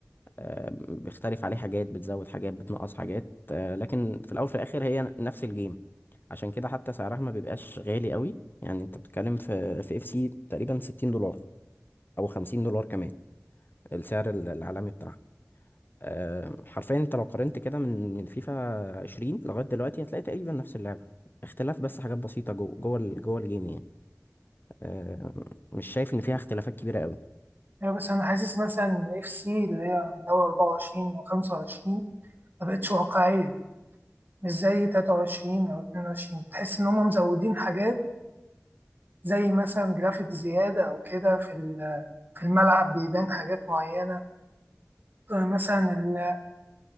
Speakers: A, on the left; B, on the right.
A: آه، بيختلف عليه حاجات بتزود حاجات بتنقص حاجات آه، لكن في الاول وفي الاخر هي ن- نفس الجيم عشان كده حتى سعرها ما بيبقاش غالي قوي يعني انت بتتكلم في في اف سي تقريبا 60 دولار او 50 دولار كمان السعر ال- العالمي بتاعها آه، حرفيا انت لو قارنت كده من من فيفا 20 لغايه دلوقتي هتلاقي تقريبا نفس اللعبه اختلاف بس حاجات بسيطه جوه جوه ال- جوه الجيم يعني آه، مش شايف ان فيها اختلافات كبيره قوي
B: يعني بس أنا حاسس مثلا إف سي اللي هي من أول أربعة وعشرين وخمسة وعشرين مبقتش واقعية مش زي تلاتة وعشرين أو اتنين وعشرين تحس إن هما مزودين حاجات زي مثلا جرافيك زيادة أو كده في ال- في الملعب بيبان حاجات معينة مثلا